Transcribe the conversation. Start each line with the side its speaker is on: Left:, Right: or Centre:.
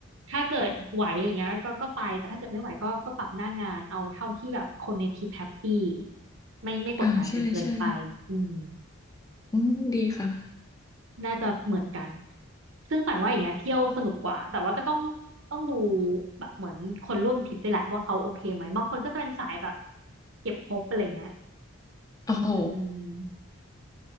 Right: ถ้าเกิดไหวอะไรเงี้ยก็ก็ไปแต่ถ้าเกิดไม่ไหวก็ก็ปรับหน้างานเอาเท่าที่แบบคนในทีมแฮปปี้ไม่ไม่กดดันกันเกินไปอืม
Left: <laughs> อ่าใช่ใช่อืมดีค่ะ
Right: น่าจะเหมือนกัน ซึ่งปั่นว่าอย่างเงี้ยเที่ยวสนุกกว่า แต่ว่าก็ต้องต้องดูแบบเหมือนคนร่วมทริปด้วยแหละว่าเขาโอเคไหมบางคนก็จะเป็นสายแบบเก็บครบอะไรเงี้ย
Left: โอ้โห
Right: อืม